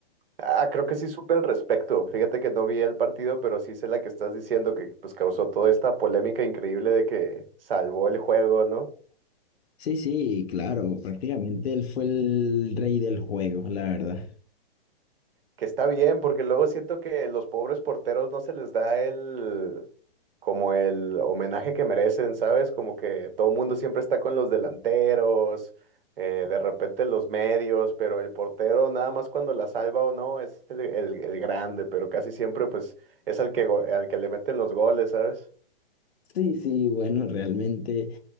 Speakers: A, on the right (about 65°); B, on the left (about 85°).
A: Ah, creo que sí supe al respecto. Fíjate que no vi el partido, pero sí sé la que estás diciendo, que pues causó toda esta polémica increíble de que salvó el juego, ¿no?
B: Sí, sí, claro, prácticamente él fue el rey del juego, la verdad.
A: Que está bien, porque luego siento que los pobres porteros no se les da el, como el homenaje que merecen, ¿sabes? Como que todo el mundo siempre está con los delanteros, eh, de repente los medios, pero el portero nada más cuando la salva o no es el, el- el grande, pero casi siempre pues es al que, go- al que le meten los goles, ¿sabes?
B: Sí, sí, bueno, realmente